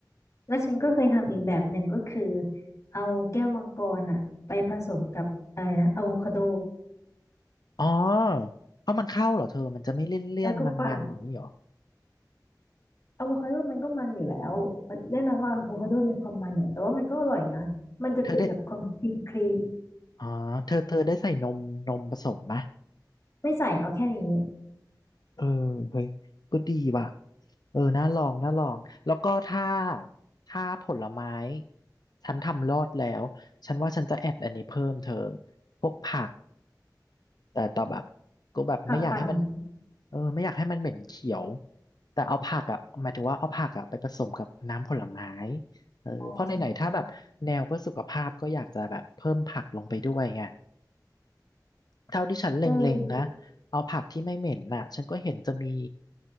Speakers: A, on the left (about 45°); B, on the left (about 65°).
A: แล้วฉันก็เคยทำอีกแบบหนึ่งก็คือเอาแก้วมังกรอ่ะไปผสมกับอะไรนะอะโวคาโด
B: อ๋อเอามันเข้าเหรอเธอ มันจะไม่เลี่ยนเลี่ยนมันมันๆอย่างนี้เหรอ
A: แล้วก็ปั่นอะโวคาโดมันก็มันอยู่แล้วแน่นอนว่าอะโวคาโดมีความมันเนี่ยแต่ว่ามันก็อร่อยนะมันจะเป็นแบบความคลีนคลีน
B: เธอได้อ๋อเธอเธอได้ใส่นมนมผสมมะ
A: ไม่ใส่เอาแค่นี้
B: เออเฮ้ยก็ดีว่ะเออน่าลองน่าลองแล้วก็ถ้าถ้าผลไม้ฉันทำรอดแล้วฉันว่าฉันจะแอดอันนี้เพิ่มเธอพวกผักแต่ต่อแบบก็แบบไม่อยากให้มัน
A: หักปั่นมัน
B: เออไม่อยากให้มันเหม็นเขียวแต่เอาผักอ่ะหมายถึงว่าเอาผักอ่ะไปผสมกับน้ำผลไม้เออเพราะไหนๆถ้าแบบแนวเพื่อสุขภาพก็อยากจะแบบเพิ่มผักลงไปด้วยไง
A: อ๋อ
B: เท่าที่ฉันเล็งๆนะ
A: เออดี
B: เอาผักที่ไม่เหม็นน่ะฉันก็เห็นจะมี